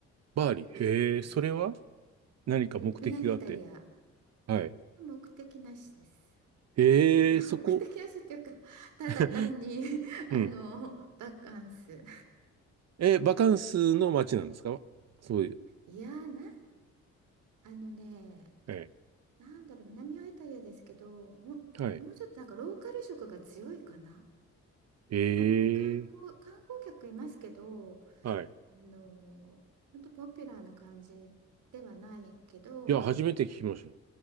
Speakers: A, on the right; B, on the right.
A: バーリー。へえ、それは
B: うん。
A: 何か目的があって。
B: えっと、南イタリア。
A: はい。
B: 目的なしです。
A: へえ、
B: <laughs>
A: そこ。
B: 目的なしっていうか、ただ単に
A: <laughs>
B: <laughs> あの、
A: うん。
B: バカンス。
A: え、バカンスの街なんですかそういう。
B: いやー、な、あのね、
A: え
B: なんだろう、南はイタリアですけど、も、
A: はい。
B: もうちょっとなんかローカル色が強いかな。
A: え
B: あんまり観光、
A: え、
B: 観光客いますけど、
A: はい。
B: あの、本当ポピュラーな感じではないけど、
A: いや、
B: あの、
A: 初めて聞きました。